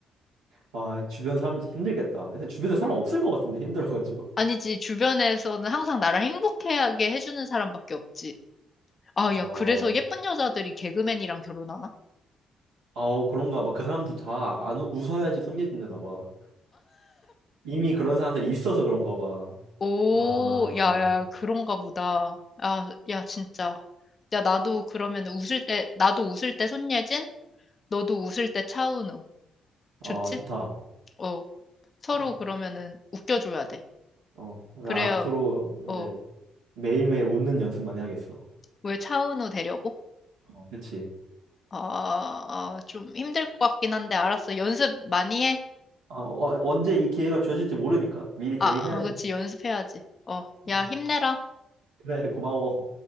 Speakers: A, on the right; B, on the left.
A: 아, 주변 사람들도 힘들겠다. 근데 주변에 사람 없을 것 같은데, 힘들어가지고.
B: 아니지, 주변에서는 항상 나를 행복하게 해주는 사람밖에 없지. 아,
A: 어,
B: 야, 그래서 예쁜 여자들이 개그맨이랑 결혼하나?
A: 아우, 그런가 봐. 그 사람도 다 안, 웃- 웃어야지 손예진되나 봐. 이미 그런 사람들이 있어서 그런가 봐.
B: 오,
A: 아,
B: 야, 야, 그런가 보다. 아, 야, 진짜. 야, 나도 그러면 웃을 때, 나도 웃을 때 손예진, 너도 웃을 때 차은우.
A: 어,
B: 좋지?
A: 좋다.
B: 어, 서로
A: 어,
B: 그러면은 웃겨줘야 돼.
A: 어. 나
B: 그래야,
A: 앞으로
B: 어,
A: 이제 매일매일 웃는 연습만 해야겠어.
B: 왜 차은우 되려고?
A: 어, 그치.
B: 아, 아, 좀 힘들 것 같긴 한데, 알았어. 연습 많이 해.
A: 어, 어, 언제 이 기회가 주어질지 모르니까 미리 대비해야지.
B: 아, 아, 그치, 연습해야지. 어,
A: 어.
B: 야, 힘내라.
A: 그래, 고마워.